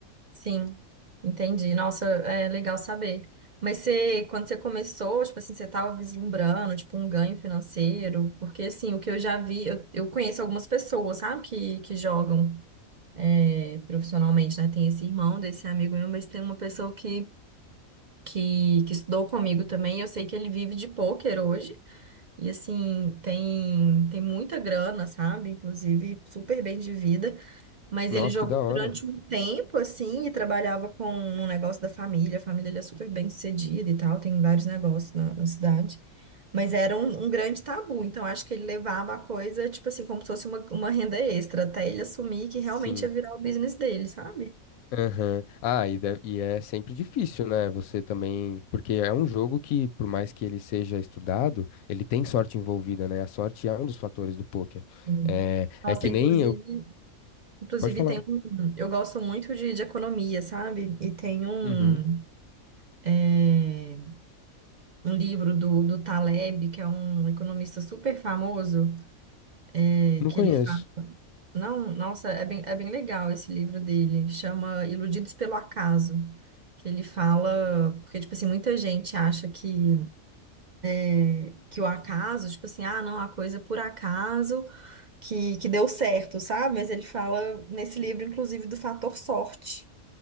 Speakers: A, on the right; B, on the left.
A: sim, entendi. Nossa, é legal saber. Mas você, quando você começou, tipo assim, você estava vislumbrando, tipo, um ganho financeiro? Porque, assim, o que eu já vi, eu, eu conheço algumas pessoas, sabe, que, que jogam é, profissionalmente, né? Tem esse irmão desse amigo meu, mas tem uma pessoa que que, que estudou comigo também. Eu sei que ele vive de pôquer hoje. E assim, tem, tem muita grana, sabe? Inclusive, super bem de vida. Mas
B: Nossa,
A: ele jogou
B: que da hora.
A: durante um tempo, assim, e trabalhava com um negócio da família. A família dele é super bem sucedida e tal, tem vários negócios na, na cidade. Mas era um, um grande tabu, então acho que ele levava a coisa, tipo assim, como se fosse uma, uma renda extra, até ele assumir que
B: Sim.
A: realmente ia virar o business dele, sabe?
B: Aham. Ah, e, deve- e é sempre difícil, né? Você também. Porque é um jogo que, por mais que ele seja estudado, ele tem sorte envolvida, né? A sorte é um dos fatores do pôquer.
A: Sim.
B: É,
A: Nossa,
B: é que
A: inclusive,
B: nem eu.
A: Inclusive,
B: Pode falar.
A: tem um. Eu gosto muito de, de economia, sabe? E tem um,
B: Uhum.
A: é, um livro do, do Taleb, que é um economista super famoso, é,
B: Não
A: que
B: conheço.
A: ele fala. Não, nossa, é bem, é bem legal esse livro dele. Chama Iludidos pelo Acaso. Que ele fala. Porque, tipo assim, muita gente acha que, é, que o acaso, tipo assim, ah, não, a coisa é por acaso que, que deu certo, sabe? Mas ele fala nesse livro, inclusive, do fator sorte.